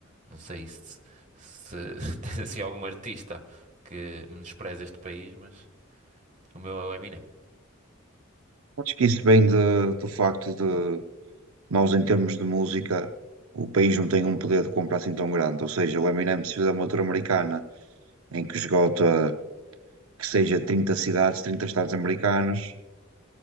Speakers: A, on the right; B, on the right.
A: Não sei se, se <laughs> tens assim algum artista que menospreze este país, mas o meu é o Eminem.
B: Acho que isso vem de- do facto de nós, em termos de música, o país não tem um poder de compra assim tão grande. Ou seja, o Eminem, se fizer uma tour americana em que esgota, que seja 30 cidades, 30 estados americanos,